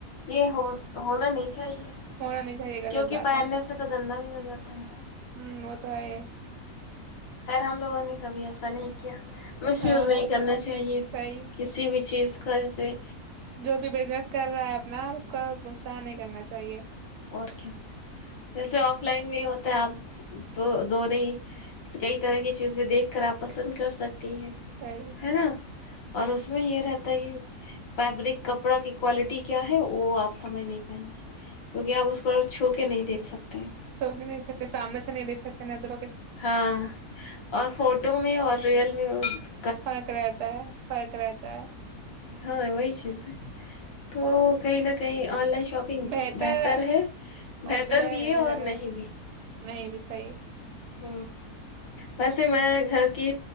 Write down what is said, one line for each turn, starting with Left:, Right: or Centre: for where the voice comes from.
Left: یہ ہو ہونا نہیں
Right: ہونا نہیں چاہیے غلط
Left: کیونکہ
Right: بات
Left: پہننے
Right: ہے
Left: سے تو گندا بھی ہو جاتا ہے
Right: ہ وہ تو ہے
Left: خر ہم لوگوں نے کبھی ایسا نہیں کیا مس یوز
Right: ہاں
Left: نہیں کرنا چاہیے
Right: صحیح
Left: کسی بھی چیز کل سے
Right: جو بھی بزنس کر رہا ہے اپنا اس کا نقصان نہیں کرنا چاہیے
Left: اور کیا جیسے آف لائن میں ہوتا ہے آپ تو دون ہی کئی طرح کی چیزیں دیکھ کر آپ پسند کر سکتے ہیں
Right: صحیح
Left: ہے نا اور اس میں یہ رہتا ہے کہ فیبرک کپڑا کی کوالٹی کیا ہے وہ آپ سمجھ نہیں پائیں گے کیوںہ آپ اس کو چھو کے نہیں دیکھ سکتے ہیں
Right: سوک نہیں د سکتے ہیں سامنے سے نہیں دے سکتے نظر
Left: ہاں اور فوٹو میں اور ریئل ج <inaudible>
Right: فرق رہتا ہے فرق رہتا ہے
Left: ہاں وہی چلز تو کئی نہ کئی آن لائن شاپنگ
Right: بہتر
Left: ہے
Right: ا
Left: بہتر
Right: جو ہےر
Left: بھی ہے اور نہیں
Right: نہیں بھی صحیح ہے
Left: ہ ویسے میں گھر کی